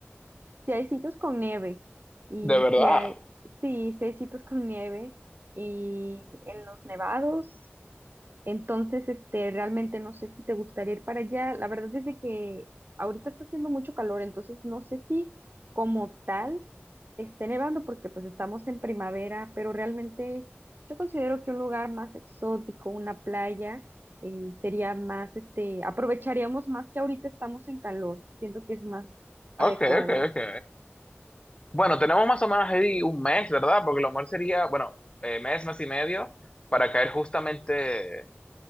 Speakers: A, on the right; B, on the left.
A: Si hay sitios con nieve y
B: De verdad.
A: si hay, sí, si hay sitios con nieve y en los nevados. Entonces, este, realmente no sé si te gustaría ir para allá. La verdad es de que ahorita está haciendo mucho calor, entonces no sé si como tal esté nevando porque pues estamos en primavera, pero realmente yo considero que un lugar más exótico, una playa, eh, sería más, este, aprovecharíamos más que ahorita estamos en calor. Siento que es más
B: Ok,
A: adecuado.
B: ok, ok. Bueno, tenemos más o menos ahí un mes, ¿verdad? Porque lo mejor sería, bueno, eh, mes, mes y medio, para caer justamente